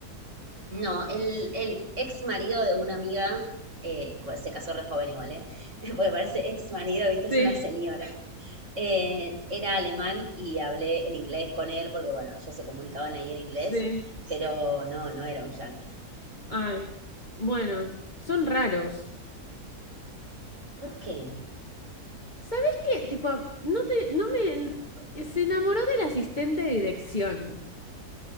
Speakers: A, on the right; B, on the left.
A: no. El, el ex marido de una amiga, eh, bueno, se casó re joven igual, ¿eh? <laughs> Porque parece ex marido, viste, es
B: Sí,
A: una señora. eh, era alemán y hablé en inglés con él porque, bueno, ellos se comunicaban ahí en inglés,
B: sí.
A: pero no, no era un yanqui
B: Ay, bueno, son raros.
A: ¿Por qué?
B: ¿Sabes qué? Tipo, no te, no me, eh, se enamoró del asistente de dirección